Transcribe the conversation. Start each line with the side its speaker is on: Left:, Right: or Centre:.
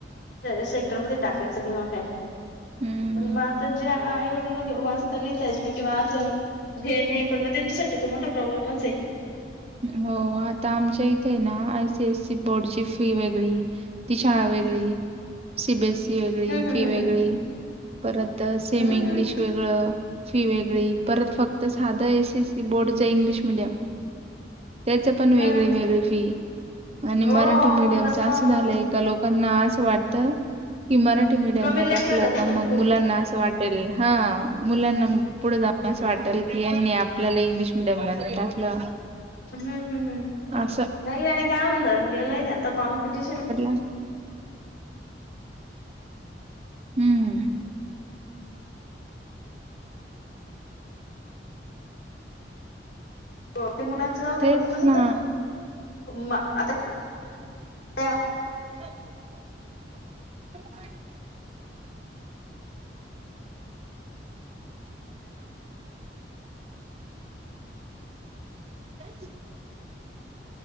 Left: सेक्टर मध्ये टाकाय सिनेमा काय
Right: हम्म
Left: पण मग आता ज्या आईवडला वाचता लिहितायच नाही किंवा असं हे नाही पण मग त्यांच्यासाठी तो मोठा प्रॉब्लेमच आहे
Right: हो आता आमच्या इ ते ना आय सीएससी बोर्डची फी वेगळी ती शाळा वेगळी सीबीएस वेगळी
Left: हम्म
Right: फी
Left: हम्म
Right: वेगळी परत सेम
Left: हम्म हम्म
Right: इंग्लिश वेगळं फी वेगळी परत फक्त साधं एस एससी बोर्डच इंग्लिश मिीडियम त्याच पण वेगळी
Left: हम्म
Right: वेगळी फी आणि
Left: हो
Right: मराठी मिडीयमच
Left: प्लस मग
Right: असं झालयं का लोकांना असं वाटतं की मराठी मिडीयमला
Left: कमी लेखलं
Right: टाकलं
Left: जात
Right: का
Left: सग
Right: मग
Left: खूप
Right: मुलांना अस वाटेल हा मुलांना पुढ जाऊन असं वाटल की यांनी आपल्याला इंग्लिश मिडीयमला नाही टाकलं
Left: हम्म हम्म हम्
Right: असं
Left: नाही आणि काय होऊन गेलंय आता कॉम्पिटिशन
Right: हं हम
Left: हो ते मुलांचं जाऊदे
Right: तेच
Left: पण मग कस
Right: ना
Left: मग आता
Right: ह इ